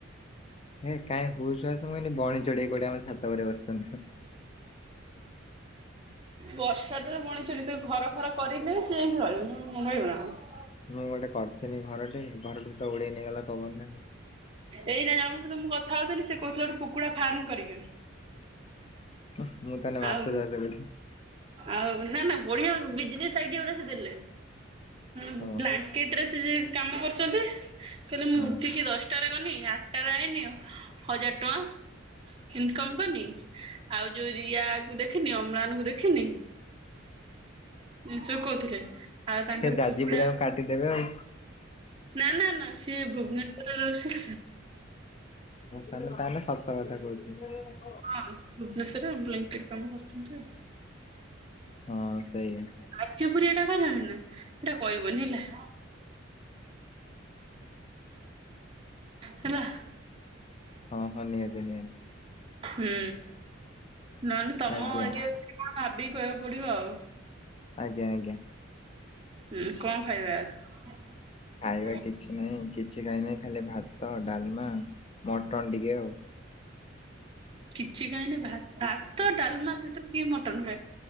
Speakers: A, on the left; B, on the right.
A: ହେ କାହିଁ ହୁସହାସ୍ ହେଲେ ବଣି ଚଢେଇ ଗୁଡା ଆମ ଛାତ ଉପରେ ବସିଚନ୍ତି।
B: ବର୍ଷା ତ ବଣି ଚଢ଼େଇ ତ ଘର ଫର କରିଲେ ସିଏ ଯାଇକି ରହିବ ନହେଲେ ରହିବ ନା କଣ?
A: ମୁଁ ଗୋଟେ କରିଥିଲି ଘର ଟେ ଘରଟା କୁ ତ ଉଡେଇ ନେଇଗଲା ପବନରେ ଆଉ।
B: ଏଇନା ଜଣଙ୍କ ସହିତ ମୁଁ କଥା ହଉଥିଲି ସେ କହୁଥିଲା ଗୋଟେ କୁକୁଡ଼ା ଫାର୍ମ କରିବେ।
A: ମୁଁ ତାହେଲେ ମାଛ
B: ଆଉ
A: ଚାଷ କରିବି।
B: ଆଉ ନା ନା ବଢିଆ ବିଜନେସ ଆଇଡିଆ ଗୋଟେ ସେ ଦେଲେ। ହଁ
A: ଓହୋ
B: ବ୍ଲାଙ୍କେଟ ସେ ଯେ କାମ କରୁଚନ୍ତି ସେ କହିଲେ ମୁଁ
A: ହଁ
B: ଉଠିକି ଦଶଟାରେ ଗଲି ଆ ତାର ଆଇନି ହଜାର ଟଙ୍କା ଇନକମ କରିନି ଆଉ ଯୋଉ ରିୟା କୁ ଦେଖିନି ଅମ୍ଳାନ କୁ ଦେଖିନି। ଆ ସେ କହୁଥିଲେ ଆଉ ତାଙ୍କର
A: ସେ ଯାଜପୁରିଆକୁ
B: କୁକୁଡ଼ା
A: କାଟିଦେବେ ଆଉ।
B: ନା ନା ନା ସିଏ ଭୁବନେଶ୍ଵରରେ ରହୁଛି।
A: କାଲି ତାହେଲେ ସତ କଥା କହୁଚୁ।
B: ହଁ ଭୁବନେଶ୍ଵର ରେ ବ୍ଲାଙ୍କେଟ କାମ କରୁଛନ୍ତି ଆଉ।
A: ହଁ ସେଇଆ।
B: ଆଚ୍ୟୁପୁରିଆଟା କହିଲାଣିି ନା ସେଟା କହିବନି ହେଲା। ହେଲା।
A: ହଁ ହଁ ନିହାତି ନିହାତି।
B: ହୁଁ ନନେ ତମ
A: ଆଜ୍ଞା
B: ଏରିଆ କଣ ଭାବିକି କହିବାକୁ ପଡିବ ଆଉ।
A: ଆଜ୍ଞା ଆଜ୍ଞା।
B: ହୁଁ କଣ ଖାଇବା।
A: ଖାଇବା କିଛି ନାହିଁ କିଛି ଖାଇନି ଖାଲି ଭାତ ଡାଲମା। ମଟନ ଟିକେ ଆଉ
B: କିଛି ଖାଇନି ଭା ଭାତ ଡାଲମା ସହିତ କିଏ ମଟନ ଖାଏ।